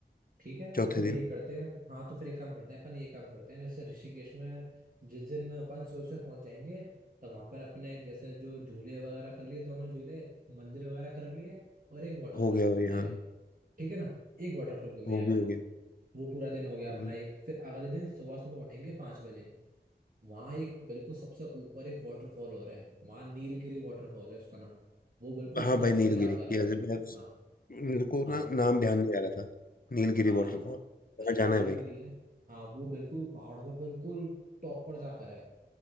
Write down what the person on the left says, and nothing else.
चौथे
दिन
हो गया
भाई
हाँ
वो
भी हो गया
हम्म,
हाँ
भाई नीलगिरी
यस
मेरे को
ना
नाम ध्यान नहीं आ रहा था नीलगिरी
वाटरफॉल
वहाँ
जाना
है भाई